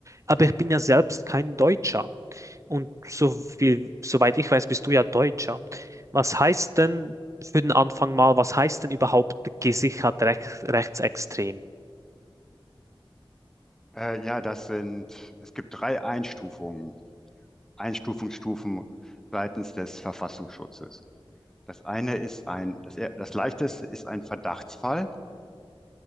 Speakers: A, on the right; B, in the centre.
A: Aber ich bin ja selbst kein Deutscher. Und so viel, soweit ich weiß, bist du ja Deutscher. Was heißt denn für den Anfang mal, was heißt denn überhaupt gesichert rech rechtsextrem?
B: Äh, ja, das sind, es gibt drei Einstufungen, Einstufungsstufen seitens des Verfassungsschutzes. Das eine ist ein, das, er- das leichteste ist ein Verdachtsfall.